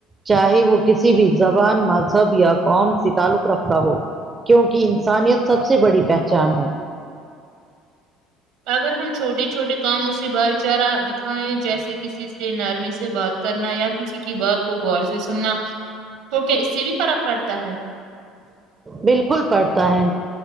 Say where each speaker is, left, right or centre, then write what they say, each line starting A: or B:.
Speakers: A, on the right (about 25°); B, on the right (about 60°).
A: چاہے وہ کسی بھی زبان مذہب یا قوم سے تعلق رکھتا ہو کیونکہ انسانیت سب سے بڑی پہچان ہے
B: اگر ہم چھوٹے چھوٹے کاموں سے بھائی چارہ دکھائائےیں جیسے کسی سے نرمی سے بات کرنا یا کسی کی بات کو غور سے سننا تھوڑ کیا اس سے بھی فرق پڑتا ہے
A: بالکل پڑتا ہے